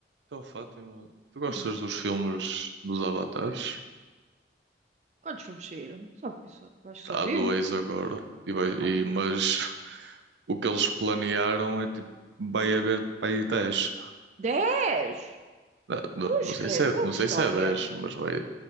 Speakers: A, on the right; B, on the right.
A: Então, Fátima, tu gostas
B: Hum.
A: dos filmes dos Avatares?
B: Quantos filmes saíram? Só, eu só- acho que
A: Há
B: só vi
A: dois
B: um.
A: agora, e vai- e-
B: Ah,
A: mas <laughs> o que eles planearam é tipo, vai haver para aí 10.
B: dez!
A: Não, não-
B: Cruz
A: não sei
B: credo,
A: se é,
B: com
A: não
B: que
A: sei
B: história?
A: se é 10 mas vai.